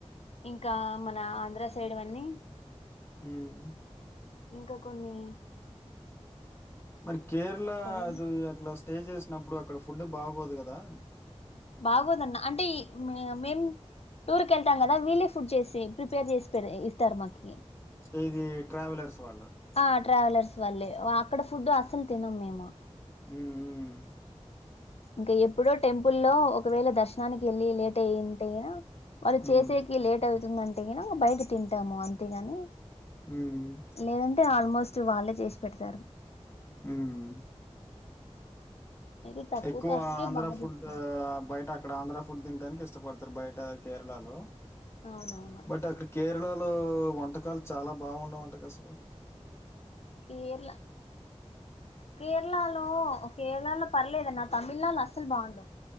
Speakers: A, on the left; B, on the left.
A: ఇంకా మన ఆంధ్ర సైడ్‌వి అన్నీ
B: ఉమ్మ్
A: ఇంకా కొన్ని
B: మరి కేరళ
A: పళని
B: అది అట్లా స్టే చేసినప్పుడు అక్కడ ఫుడ్ బాగోదు కదా
A: బాగోదన్న అంటే మేం టూర్ కేళ్తాం కదా వీలేే ఫుడ్ చేసి ప్రిపేర్ చేస్తారు ఇస్తారు మాకి
B: ఇది ట్రావెలర్స్ వాళ్ళ
A: ఆ ట్రావెలర్స్ వాళ్ళే అక్కడ ఫుడ్ అసలు తినము మేము
B: ఉమ్మ్ మ్మ్
A: ఇంకా ఎప్పుడో టెంపుల్లో ఒకవేళ దర్శనానికి ఎళ్ళి లేట్ అయింటే అయినా వాళ్ళు
B: హ్మ్.
A: చేసేకి
B: హ్మ్.
A: లేట్ అవుతుందంటేగిన బయట తింటాము అంతేగాని
B: ఉమ్మ్
A: లేదంటే ఆల్మోస్ట్ వాళ్ళే చేసి పెడతారు
B: హ్మ్.
A: అయితే తక్కువ
B: ఎక్కువ
A: కాస్ట్ కి
B: ఆంధ్ర
A: బాగా
B: ఫుడ్
A: తీసుకుంట
B: బయట అక్కడ ఆంధ్ర ఫుడ్ తినాటనికి ఇష్టపడతారు బయట కేరళలో
A: అవునవును
B: బట్ అక్కడ కేరళలో వంటకాలు చాలా బాగుండవుంట కదా అసలు
A: కేరళ కేరళలో కేరళలో పర్లేదన్న తమిళనాళ్ళు లో అస్సలు బాగుండవు